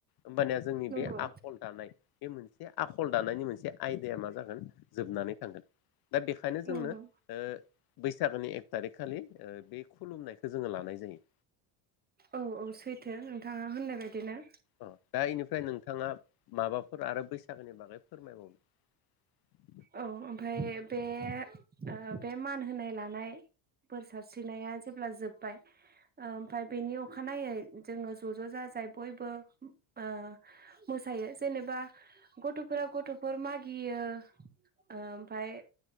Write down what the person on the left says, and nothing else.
ओमबानिया जोंनि
बे आखल दानाय बे मोनसे आखल दानायनि मोनसे आयदाया मा जागोन जोबनानै थांगोन दा बेखायनो
जोंनो ओ बैसागोनि एक थारिक खालि ओ बे खुलुमनायखौ जोङो लानाय जायो।
अ दा इनिफ्राय नोंथाङा माबाफोर आरो बैस बैसागोनि बागै फोरमायबावदो।